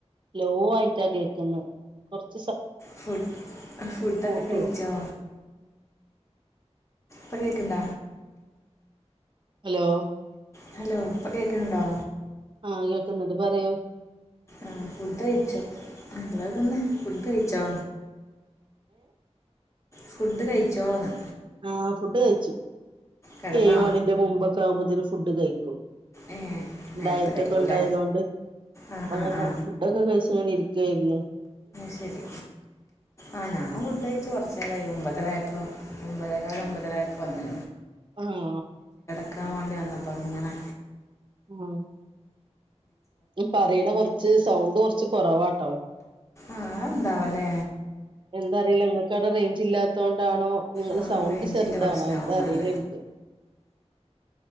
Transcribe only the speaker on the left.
ഫുഡ് ഫുഡൊക്കെ
കഴിച്ചോ പകക്കണ്ട
ഹലോ ഇപ്പൊ കേൾക്കുന്നുണ്ടോ
ആ ഫുഡ് കഴിച്ചോ നല്ല തന്നെ ഫുഡ് കഴിച്ചോ ഫുഡ് കഴിച്ചോന്ന്
കിടന്നോ
ഏ നേരത്തെ
കഴിക്കൂല്ലേ
ആ
ആ
ആ
ശരി ആഹ് ഞാൻ ഫുഡഴച്ച കൊറച്ച നേരമ്പ നായപ്പോ ഒമ്പതേക്കാൽ ഒമ്പതരായായപോ വന്നേ
വെക്കാൻ വേണ്ടി വന്നപ്പോൾ അങ്ങനെ
ആഹ് അതെന്താവൊലേ
ആ
റേഞ്ചിൻ്റെ
പ്രശ്നമാവും
എന്നാൽ